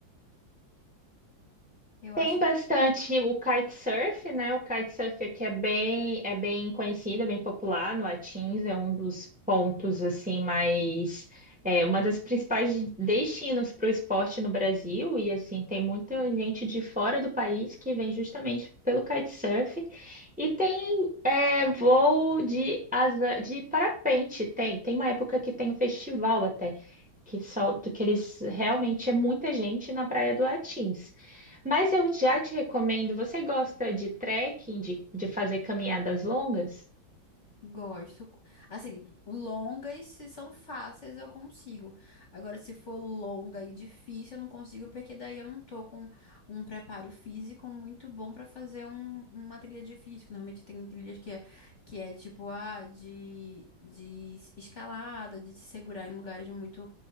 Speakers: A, on the left; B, in the centre.
A: Eu
B: Tem
A: acho
B: bastante o kitesurf, né? O kitesurf aqui é bem, é bem conhecido, é bem popular no Atins, é um dos pontos assim mais é uma das principais destinos para o esporte no Brasil e assim tem muita gente de fora do país que vem justamente pelo kitesurf e tem é, voo de asa de parapente, tem, tem uma época que tem um festival até que solto que eles realmente é muita gente na Praia do Atins. Mas eu já te recomendo, você gosta de trekking, de, de fazer caminhadas longas?
A: Gosto. Assim, longas, se são fáceis, eu consigo. Agora, se for longa e difícil, eu não consigo, porque daí eu não tô com um preparo físico muito bom pra fazer um- uma trilha difícil. que Normalmente tem trilhas que é, que é tipo, ah, de, de escalada, de se segurar em lugares muito,